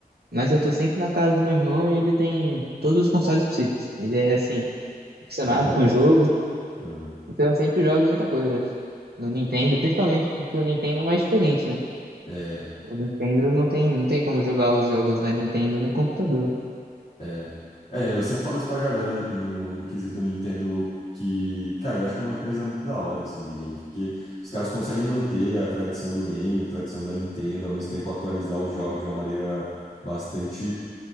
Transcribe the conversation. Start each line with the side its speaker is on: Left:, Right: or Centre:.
Right: mas eu tô sempre na casa do meu irmão e ele tem todos os consoles possíveis. Ele é, assim, ficcionado
Left: Vibrado.
Right: com o jogo,
Left: Aham.
Right: então eu sempre jogo muita coisa no Nintendo, principalmente porque o Nintendo é mais diferente, né?
Left: É.
Right: O Nintendo não tem, não tem como jogar os jogos da Nintendo no computador.
Left: É. É, eu sempre falo isso pra galera no, no quesito Nintendo, que, cara, eu acho que é uma empresa muito da hora, assim, de games, porque os caras conseguem manter a tradição do game, a tradição da Nintendo, ao mesmo tempo atualizar os jogos de uma maneira bastante